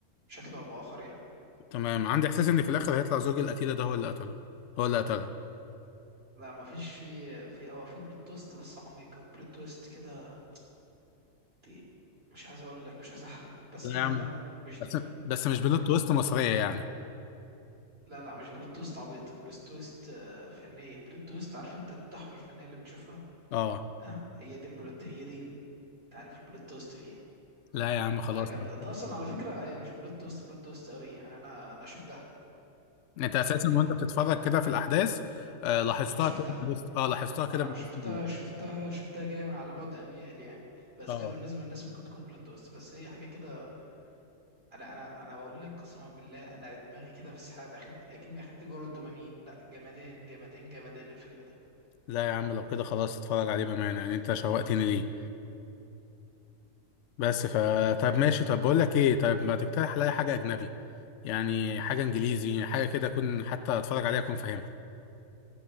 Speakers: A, on the right; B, on the left.
A: بشكل او باخر يعني
B: تمام عندي احساس ان في الاخر هيطلع زوج القتيلة ده هو اللي قتله هو اللي قتلها
A: لا مفيش في في هو في بلوت تويست بس عميقة بلوت تويست كده دي مش عايز اقول لك مش عايز احرق بس
B: لا
A: هي
B: يا عم
A: لا مش دي
B: بس بس مش بلوت
A: فاهمني
B: تويست مصرية يعني
A: لا لا مش بلوت تويست عبيطة بلوت تويست آه، فنية بلوت تويست عارف انت التحفة الفنية اللي بتشوفها
B: اه
A: اه هي دي البلوت هي دي ال- تعريف البلوت تويست فيها
B: لا يا عم خلاص
A: فجامدة
B: بقى.
A: طيب اصلا على فكرة هي مش بلوت تويست بلوت تويست قوي يعني انا انا شفتها
B: انت اساسا
A: فاهمني
B: وانت بتتفرج كده في الاحداث آه لاحظتها
A: آه، شفتها
B: كده من وسط- اه لاحظتها كده
A: اه
B: من
A: شفتها
B: وسط ال-
A: شفتها شفتها جايه على بعد اميال يعني بس
B: اه
A: هي بالنسبه للناس ممكن تكون بلوت تويست بس هي حاجه كده انا انا انا بقول لك قسما بالله انا دماغي كده في سحاب اخدت اكني اخدت جرعه دوبامين لا جمدان جمدان جمدان الفيلم ده
B: لا يا عم لو كده خلاص اتفرج عليه بامانه يعني انت شوقتني ليه بس ف طب ماشي طب بقول لك ايه طب ما تقترح عليا حاجه اجنبي يعني حاجه انجليزي حاجه كده اكون حتى اتفرج عليها اكون فاهمها